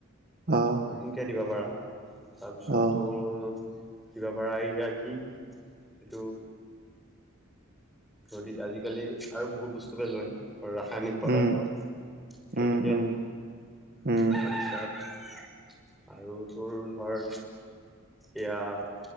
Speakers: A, on the right; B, in the centre.
A: অ'
B: শিকাই দিবা পাৰা তাৰপিছত
A: অ',
B: তোৰ কিবা পৰা এইয়া কি এইটো নদীত আজিকালি আৰু বহুত বস্তুৱে লয় ধৰ ৰাসায়নিক পদাৰ্থ
A: উম,
B: কেমিকেল
A: উম, উম, উম,
B: আৰু তাত আৰু তোৰ ধৰ এইয়া <unintelligible>